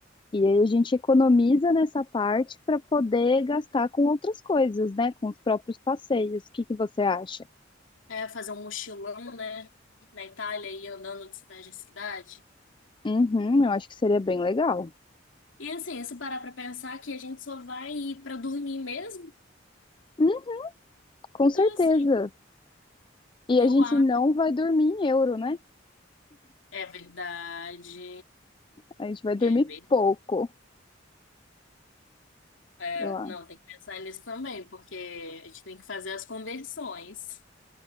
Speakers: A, on the left (about 25°); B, on the left (about 75°).
A: e aí a gente economiza nessa parte para poder gastar com outras coisas, né? Com os próprios passeios. O que que você acha?
B: É, fazer um mochilão, né? Na Itália e ir andando de cidade em cidade.
A: Uhum, eu acho que seria bem legal.
B: E assim, se parar pra pensar que a gente só vai ir pra dormir mesmo,
A: Hum, com
B: então
A: certeza.
B: assim.
A: E
B: Eu
A: a gente
B: acho.
A: não vai dormir em euro, né?
B: É verdade.
A: A gente vai dormir
B: É verdade.
A: pouco,
B: É,
A: eu acho.
B: não, tem que pensar nisso também, porque a gente tem que fazer as conversões.